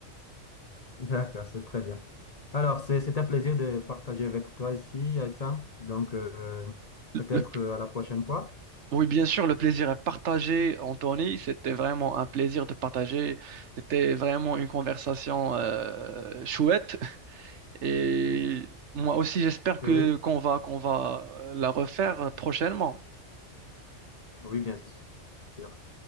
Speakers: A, on the left; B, on the right.
A: D'accord, c'est très bien. Alors, c'est, c'est un plaisir de partager avec toi ici, Aïta. Donc, euh, peut-être
B: Le
A: euh, à la prochaine fois.
B: Oui, bien sûr, le plaisir est partagé, Anthony. C'était vraiment un plaisir de partager. C'était vraiment une conversation euh, chouette. Et moi aussi, j'espère
A: Oui,
B: que qu'on va qu'on va euh, la refaire prochainement.
A: oui, bien sûr.